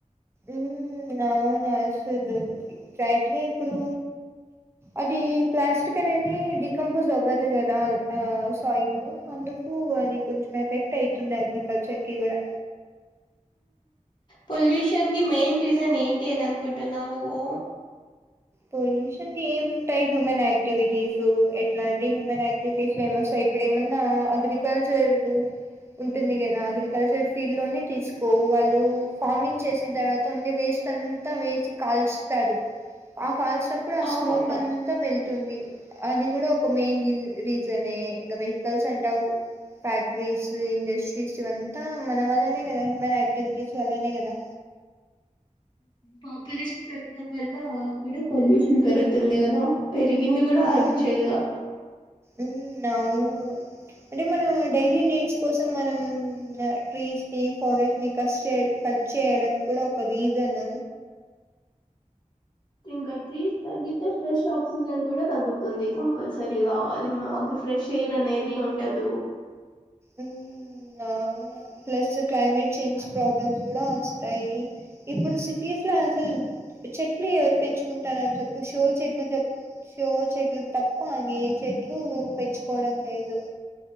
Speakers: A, on the right; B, on the left.
A: ఉ అవును అసలు బడ్రైట్గా ఇప్పుడు అది ప్లాస్టిక్ అనేది డికంపోజ్ అవ్వదు కదా ఆ సాయిల్ లో అందుకు అది కొంచెం ఎఫెక్ట్ అయితుంది అగ్రికల్చర్ కి కూడా
B: పొల్యూషన్కి మెయిన్ రీజన్ ఏంటి అని అనుకుంటున్నావ్ నువ్వు
A: పొల్యూషన్ కి ఏం ఉంటాయి హ్యూమన్ యాక్టివిటీస్ ఎట్లాంటి హ్యూమన్ యాక్టివిటీస్ ఫేమస్ అయి ఇప్పుడు ఏమన్నా అగ్రికల్చర్ ఉంటుంది కదా అగ్రికల్చర్ ఫీల్డ్ లోనే తీసుకో వాళ్ళు ఫార్మింగ్ చేసిన తర్వాత ఓన్లీ వేస్ట్ అంతా వేసి కాల్స్తారు ఆ కాల్చినప్పుడు ఆ
B: అవును
A: స్మోక్ అంతా వెల్ తుంది అది కూడా ఒక మెయిన్ల్ రీజనే ఇంకా వెహ తెలుసు అంటావ్ ఫ్యాక్టరీస్ ఇండస్ట్రీస్ ఇవన్ త మన వల్లనే కద హ్యూమన్ యక్టివిటీస్ వల్లనే కదా
B: పాపులేషన్ పెరగడం వల్ల కూడా పొల్యూషన్ పెరుగుతుంది కదా పెరిగింది కూడా యాక్చువల్గా
A: ఉమ్ ఉమ్ అవును అంటే మనం డైలీ నీడ్స్ కోసం మనం ట్రీస్ ని ఫారెస్ట్ ని కస్ చే కట్ చేయడం కూడా ఒక రీజన్
B: ఇంకా ట్రీస్ తగ్గితే ఫ్రెష్ ఆక్సిజన్ కూడా తగ్గుతుంది కంపల్సరీగాది మా ఫ్రెష్ ఎయిర్ అనెది ఉండదు
A: ఉ ఇంగ అవును ప్లస్ క్లైమేట్ చేంజ్ ప్రాబ్లమ్స్ కూడా వస్తాయి ఇప్పుడు సిటీస్ లో అసలు చెట్లు ఎవరు పెంచుకుంటారా చెప్పు షో చెట్లు చెప్పు షో చెట్లు తప్ప ఇంగ ఏ చెట్లు పెంచుకోవడం లేదు